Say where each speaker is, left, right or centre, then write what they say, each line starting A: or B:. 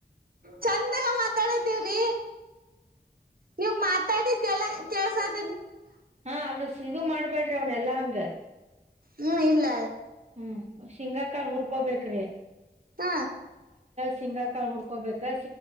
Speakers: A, on the right; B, on the right.
A: ಚಂದಾಗ ಮಾತಾಡತಿವ್ರಿ ನೀವು ಮಾತಾಡಿ ಕೆಲ ಕೆಲ್ಸದ
B: ಹಾ ಅದ್ರ ಇಗ ಮಾಡ್ಬೇಡ್ರಿ ಅವ್ನ್ ಎಲ್ಲಾ ಹಂಗ
A: ಹ್ಮ್ ಇಲ್ಲ
B: ಹ್ಮ್ ಶೇಂಗಾಕಾಳ ಉರ್ಕೋಬೇಕು
A: ಹ
B: ಸಿಂಗ ಕಾಳು ಉರ್ಕೋಬೇಕು